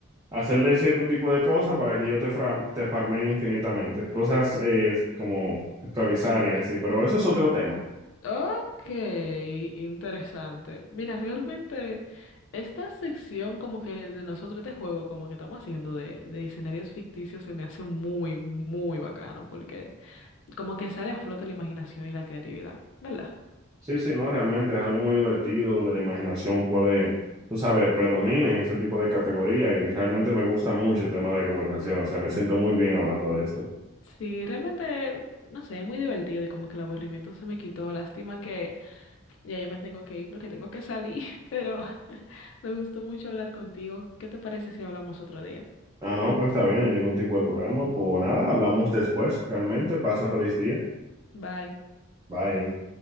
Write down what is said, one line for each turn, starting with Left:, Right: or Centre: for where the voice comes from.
Right: hacerle cierto tipo de cosas para que yo te, fra- te farme infinitamente. Cosas eh, como esclavizar y así, pero eso es otro tema.
Left: Ok, interesante. Mira, realmente esta sección como que de nosotros, este juego como que estamos haciendo de, de escenarios ficticios se me hace muy, muy bacano porque como que sale a flote la imaginación y la creatividad, ¿verdad?
Right: Sí, sí, no, realmente es algo muy divertido donde la imaginación puede, tú sabes, predomine en ese tipo de categoría y realmente me gusta mucho el tema de conversación, o sea, me siento muy bien hablando de esto.
Left: Sí, realmente, no sé, es muy divertido y como que el aburrimiento se me quitó. Lástima que ya yo me tengo que ir porque tengo que salir, <laughs> pero <laughs> me gustó mucho hablar contigo. ¿Qué te parece si hablamos otro día?
Right: Ah, no, pues está bien, no hay ningún tipo de problema. Pues nada, hablamos después, realmente, pasa feliz día.
Left: Bye.
Right: Bye.